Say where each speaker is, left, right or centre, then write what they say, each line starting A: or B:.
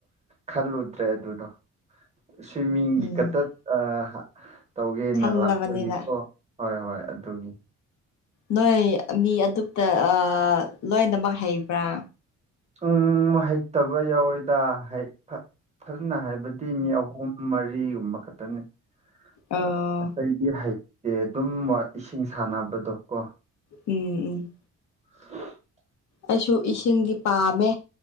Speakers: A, on the right; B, on the left.
A: ꯈꯜꯂꯨꯗ꯭ꯔꯦ ꯑꯗꯨꯗꯣ ꯁ꯭ꯋꯤꯃꯤꯡꯒꯤ
B: ꯎꯝ
A: ꯀꯛꯇꯠ ꯑꯥ ꯇꯧꯒꯦꯅ
B: ꯈꯜꯂꯕꯅꯤꯅ
A: ꯂꯥꯛꯄꯒꯤꯀꯣ ꯍꯣꯏ ꯍꯣꯏ ꯑꯗꯨꯒꯤ
B: ꯅꯣꯏ ꯃꯤ ꯑꯗꯨꯇ ꯑꯥ ꯂꯣꯏꯅꯃꯛ ꯍꯩꯕ꯭ꯔꯥ
A: ꯎꯝ ꯍꯩꯇꯕ ꯌꯥꯎꯋꯦꯗ ꯍꯩ ꯐꯖꯅ ꯍꯥꯏꯕꯗꯤ ꯃꯤ ꯑꯍꯨꯝ ꯃꯔꯤꯒꯨꯝꯕ ꯈꯛꯇꯅꯤ
B: ꯑꯥ
A: ꯑꯩꯗꯤ ꯍꯩꯇꯦ ꯑꯗꯨꯝ ꯏꯁꯤꯡ ꯁꯥꯟꯅꯕꯗꯣ ꯀꯣ
B: ꯎꯝ ꯎꯝ
A: <unintelligible>
B: ꯑꯩꯁꯨ ꯏꯁꯤꯡꯗꯤ ꯄꯥꯝꯃꯦ